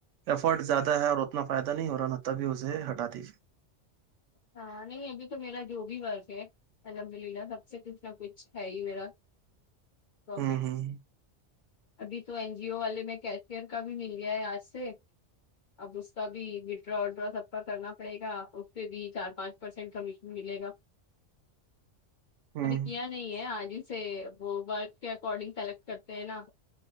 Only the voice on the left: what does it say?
ہاں نہیں ابھی تو میرا جو بھی ورض ہے الحمد للہ سب سے کتنا کچھ ہے ہی میرا پرافٹ
ابھی تو این جی او والے میں کیشمیر کا بھی مل گیا ہے آج سے اب اس کا بھی وتڈرا وڈرا سب کا کرنا پڑے گا بھی چار پانچ پرسینٹ کمیشن ملے گا
ابھی کیا نہیں ہے آج ہی سے وہ ورک کے اکارڈنگ سلیکٹ کرتے ہیں نا